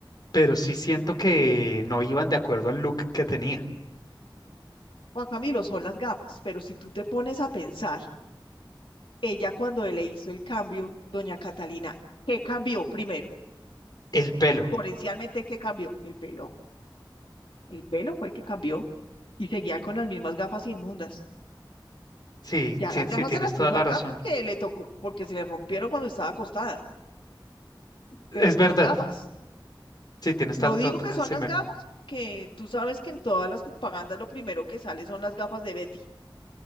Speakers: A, on the left; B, on the left.
A: pero sí siento que no iban de acuerdo al look que tenía.
B: Juan Camilo, son las gafas, pero si tú te pones a pensar, ella cuando le hizo el cambio, doña Catalina, ¿qué cambió primero?
A: El pelo.
B: Potencialmente, ¿qué cambió? ¿El pelo? El pelo fue el que cambió y seguía con las mismas gafas inmundas.
A: Sí,
B: Ya
A: sí,
B: las
A: sí,
B: gafas
A: tienes
B: se las
A: toda
B: puso
A: la
B: acá
A: razón.
B: porque le tocó, porque se le rompieron cuando estaba acostada,
A: Es
B: pero son
A: verdad.
B: las gafas.
A: Sí, tienes
B: Lo
A: toda,
B: digo que son
A: se
B: las
A: me,
B: gafas, que tú sabes que en todas las propagandas lo primero que sale son las gafas de Betty,